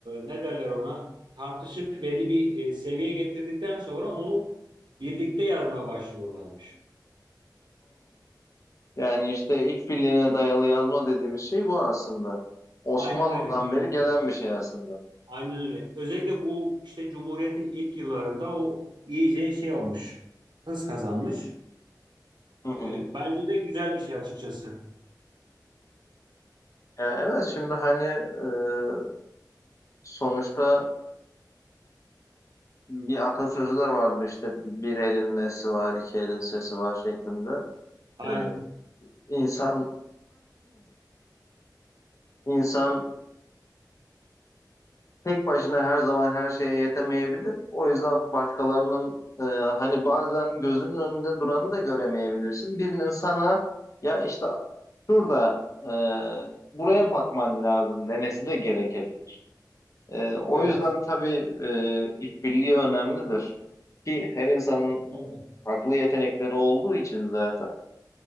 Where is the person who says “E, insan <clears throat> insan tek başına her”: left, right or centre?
Left